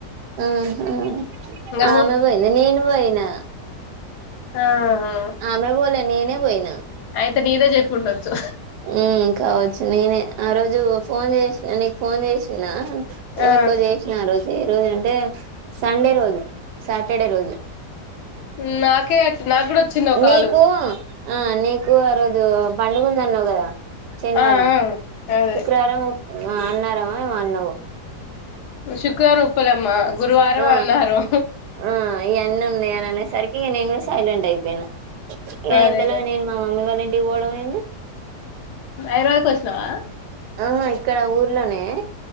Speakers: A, on the right (about 80°); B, on the left (about 75°).
A: ఆహా
B: ఇంగ
A: ఆమె పోయిందా నేను పోయినా
B: ఆహా
A: ఆమె పోలే నేనే పోయినా
B: అయితే నీదే చెప్పిండొచ్చు
A: హ్మ్ కావచ్చు నేనే ఆ రోజు ఫోన్ చేసిన నీకు ఫోన్ చేసీన్న
B: ఆ
A: ఎవరికో చేసిన ఆరోజు ఎ రోజు అంటే సండే రోజు సాటర్డే రోజు
B: హ్మ్ నాకే అట్ నాగూడా వచ్చింది ఓ కాలు
A: నీకు ఆ నీకు ఆ రోజు పండు ముంద అన్నావు కదా శనివారం
B: ఆ ఆ అదే
A: శుక్రవారం అన్నారమా నువ్
B: శుక్రవారం ఉప్పలమ్మ గురువారం
A: ఆ
B: అన్నారం
A: ఆ ఇయన్న ఉందిననే సరికింగ్ సైలెంట్ అయిపోయినా ఇక
B: అదేలే
A: ఇంతలో నేను మా మమ్మీ వాళ్ళ ఇంటికి పోవడం అయింది
B: ఐరోయ కో వచ్చినవా
A: ఆహ ఇక్కడ ఊర్లోనే